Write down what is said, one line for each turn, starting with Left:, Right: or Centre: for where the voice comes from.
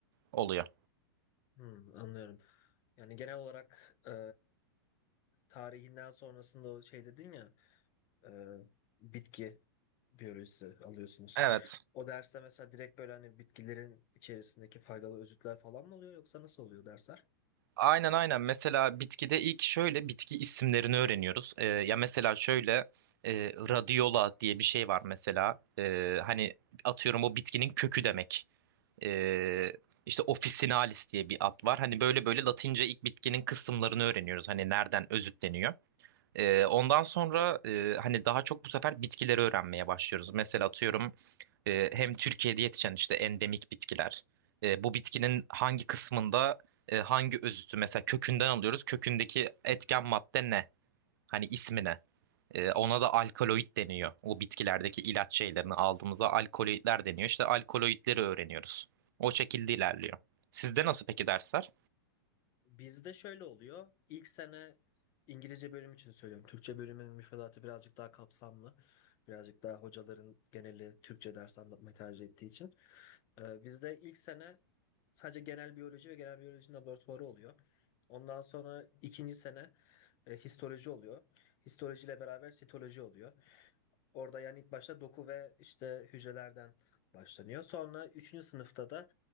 Right: oluyor.
Left: Hmm, anlıyorum. Yani genel olarak e, tarihinden sonrasında o şey dedin ya e, bitki biyolojisi alıyorsunuz.
Right: Evet.
Left: O derste mesela direkt böyle hani bitkilerin içerisindeki faydalı özütler falan mı oluyor yoksa nasıl oluyor dersler?
Right: Aynen aynen. Mesela bitkide ilk şöyle bitki isimlerini öğreniyoruz. Ee, ya mesela şöyle e, radiola diye bir şey var mesela. Ee, hani atıyorum o bitkinin kökü demek. Ee, işte officinalis diye bir ad var. Hani böyle böyle Latince ilk bitkinin kısımlarını öğreniyoruz. Hani nereden özütleniyor. Ee, ondan sonra e, hani daha çok bu sefer bitkileri öğrenmeye başlıyoruz. Mesela atıyorum e, hem Türkiye'de yetişen işte endemik bitkiler. e, bu bitkinin hangi kısmında e, hangi özütü mesela kökünden alıyoruz. Kökündeki etken madde ne? Hani ismi ne? E, ona da alkaloid deniyor. O bitkilerdeki ilaç şeylerini aldığımızda alkaloidler deniyor. İşte alkaloidleri öğreniyoruz. O şekilde ilerliyor. Sizde nasıl peki dersler?
Left: Bizde şöyle oluyor. İlk sene İngilizce bölüm için söylüyorum. Türkçe bölümün müfredatı birazcık daha kapsamlı. Birazcık daha hocaların geneli Türkçe ders anlatmayı tercih ettiği için. Ee, bizde ilk sene sadece genel biyoloji ve genel biyoloji laboratuvarı oluyor. Ondan sonra ikinci sene e, histoloji oluyor. Histolojiyle beraber sitoloji oluyor. Orada yani ilk başta doku ve işte hücrelerden başlanıyor. Sonra üçüncü sınıfta da